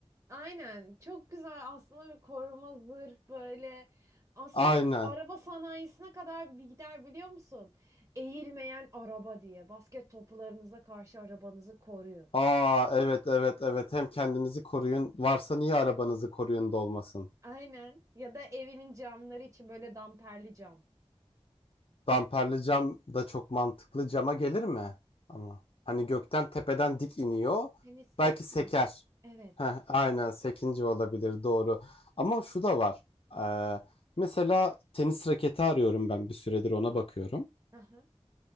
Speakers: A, on the right (about 30°); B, on the left (about 55°).
A: Aynen çok güzel aslında bir koruma zırh böyle aslında
B: Aynen.
A: bu araba sanayisine kadar bir gider biliyor musun? Eğilmeyen araba diye basket toplarınıza karşı arabanızı koruyun.
B: Aa evet evet evet. Hem kendinizi koruyun. Varsa niye arabanızı koruyun da olmasın?
A: Aynen ya da evinin camları için böyle damperli cam.
B: Damperli cam da çok mantıklı. Cama gelir mi? Ama hani gökten tepeden dik iniyor.
A: Hani sekmiyor.
B: Belki seker.
A: Evet.
B: Heh, aynen sekinci olabilir doğru. Ama şu da var. Ee, mesela tenis raketi arıyorum ben bir süredir ona bakıyorum.
A: Aha.